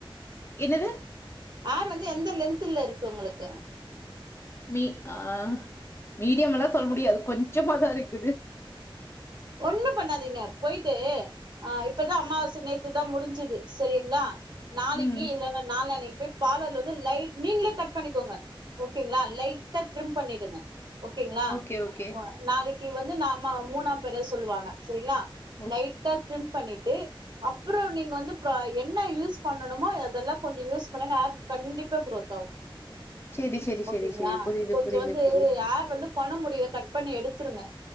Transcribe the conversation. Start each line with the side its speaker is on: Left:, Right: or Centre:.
Left: என்னது
Right: ஹேர் வந்து எந்த லென்த்ல இருக்கு உங்களுக்கு <inaudible>
Left: மீ ஆஹ் மீடியம்லாம் சொல்ல முடியாது கொஞ்சமாதான் இருக்குது
Right: ஒண்ணும் பண்ணாதீங்க போயிட்டு அஹ் இப்பதான் அம்மாவாசை நேத்துதான் முடிஞ்சது செரிங்களா நாளைக்கு
Left: ம்
Right: இல்லன நாலனைக்கு போய் பார்லர்ல வந்து லைட் நீங்களே கட் பண்ணிக்கோங்க ஓகேங்களா லைட்டா ட்ரிம் பண்ணிடுங்க ஓகேங்களா
Left: ஓகே ஓகே
Right: ஓ நாளைக்கு வந்து நாம ஆ மூணாம் பெற சொல்லுவாங்க சரிங்களா
Left: ஓ
Right: லைட்டா ஸிம் பண்ணிட்டு அப்புறம் பு நீங்க வந்து என்ன யூஸ் பண்ணணுமோ அதெல்லாம் கொஞ்சம் யூஸ் பண்ணுங்க. ஹேர் கண்டிப்பா க்ரோத் ஆகும்
Left: சேரி சேரி சேரி
Right: ஓகேங்களா
Left: சேரி புரியுது
Right: கொஞ்சம்
Left: புரியுது
Right: வந்து
Left: புரியுது
Right: ஹேர் வந்து கொன முடிய கட் பண்ணி எடுத்துருங்க